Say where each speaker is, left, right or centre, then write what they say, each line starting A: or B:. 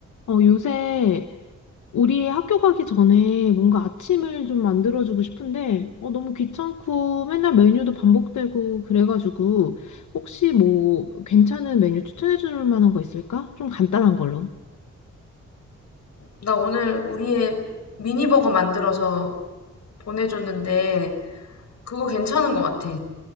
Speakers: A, on the left; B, on the left.
A: 어, 요새 우리 학교 가기 전에 뭔가 아침을 좀 만들어주고 싶은데, 어, 너무 귀찮고 맨날 메뉴도 반복되고 그래가지고, 혹시 뭐 괜찮은 메뉴 추천해줄 만한 거 있을까? 좀 간단한 걸로.
B: 나 오늘 우리의 미니버거 만들어서 보내줬는데 그거 괜찮은 것 같아.